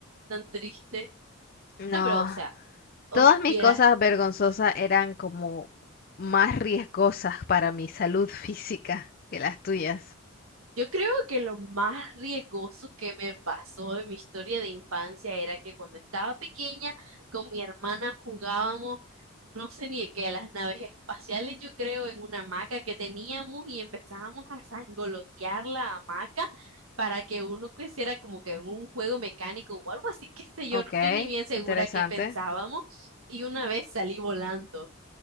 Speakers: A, on the right; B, on the left.
A: tan triste.
B: No,
A: No, pero o sea, os
B: todas mis
A: hubiera
B: cosas vergonzosas eran como más riesgosas para mi salud física que las tuyas.
A: Yo creo que lo más riesgoso que me pasó en mi historia de infancia era que cuando estaba pequeña con mi hermana jugábamos, no sé ni de qué, a las naves espaciales, yo creo, en una hamaca que teníamos y empezábamos a sangolotear la hamaca para que uno creciera como que en un juego mecánico o algo así, <laughs> qué sé yo,
B: Ok,
A: no estoy ni bien segura
B: interesante.
A: qué pensábamos. Y una vez salí volando,